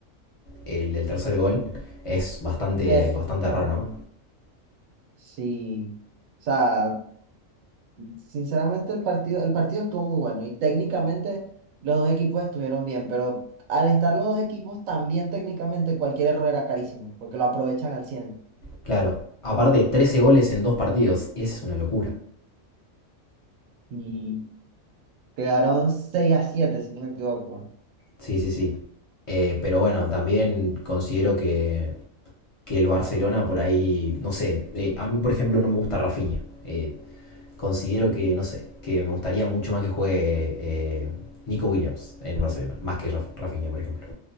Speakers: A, on the left; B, on the right.
A: el del tercer gol, es bastante,
B: Es-
A: bastante
B: ajá.
A: raro, ¿no?
B: Sí, o sea, sinceramente el partido, el partido estuvo muy bueno y técnicamente los dos equipos estuvieron bien, pero al estar los dos equipos también técnicamente cualquier error era carísimo, porque lo aprovechan al cien
A: Claro. Aparte, 13 goles en dos partidos. Es una locura.
B: y quedaron 6 a 7 si no me equivoco.
A: Sí, sí, sí. Eh, pero bueno, también considero que, que el Barcelona por ahí, no sé, eh, a mí por ejemplo no me gusta Rafinha. Eh, considero que, no sé, que me gustaría mucho más que juegue eh, Nico Williams en Barcelona, más que Raf- Rafinha, por ejemplo.